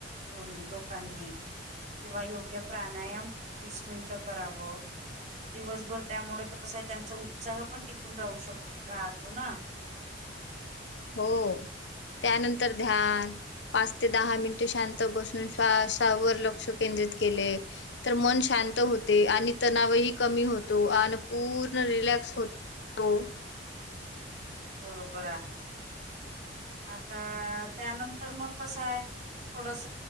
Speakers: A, on the right; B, on the left.
A: कोण लोकांनी. किंवा योग्य प्राणायाम वीस मिनिटं करावं. दिवसभर त्यामुळे कसं आहे त्यांचा उत्साह पण टिकून राहू शक राहतो ना.
B: हो त्यानंतर ध्यान. पाच ते दहा मिनिटे शांत बसून श्वासावर लक्ष केंद्रित केले. तर मन शांत
A: हम्म
B: होते आणि तणावही कमी होतो आणि पूर्ण रिलॅक्स होतो.
A: बरोबर आहे आता त्यानंतर मग कस आहे. थोडस